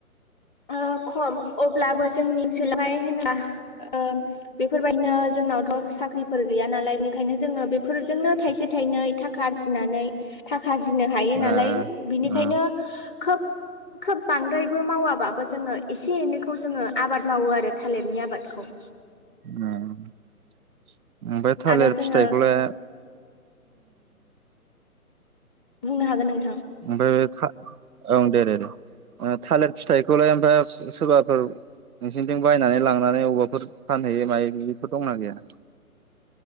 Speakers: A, in the centre; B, on the right.
A: ओ खम अब्लाबो जोंनि ओनसोलावहाय होनोबा ओ बेफोरबायदिनो जोंनावथ' साख्रिफोर गैया नालाय बेनिखायनो जोङो बेफोरजोंनो थाइसे थाइनै थाखा आरजिनानै थाखा आरजिनो हायो नालाय
B: ए
A: बिनिखायनो
B: ओ
A: खोब खोब बांद्रायबो मावाबा बो जोङो एसे एनैखौ जोङो आबाद मावो आरो थालिरनि आबादखौ
B: औ ओमफ्राय थालिर
A: आरो जोङो
B: फिथाइखौलाय
A: बुंनो हागोन नों
B: ओमफ्राय था ओं दे दे दे थालिर फिथाइखौलाय ओमफ्राय सोरबाफोर नोंसिनिथिं बायनानै लांनानै अबाफोर फानहैयो मायो बेदिफोर दंना गैया <inaudible>